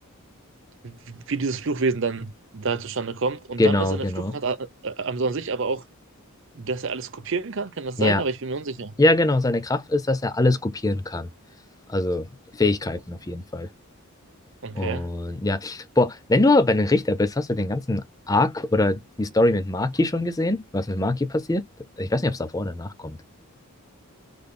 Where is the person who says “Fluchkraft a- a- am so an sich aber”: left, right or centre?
Right